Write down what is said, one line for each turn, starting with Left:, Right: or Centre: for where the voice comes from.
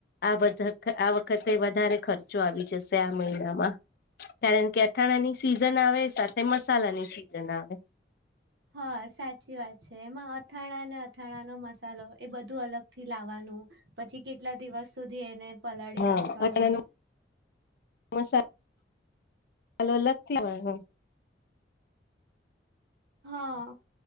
Left: આ બધા આ વખતે વધારે ખર્ચો આવી જશે આ મહિનામાં કારણ કે થાણા ની સિઝન આવે સ તે મસાલાની સી જન આવે.
Right: હા સાચી વાત છે એમાં અથાણા ને અથાણાનો મસાલો એ બધું અલગથી લાવાનું પછી કેટલા દિવસ સુધી એને પલાળી
Left: હા
Right: રાખવાનું
Left: અટમાનું મસા હાલો લગતી હો
Right: હા.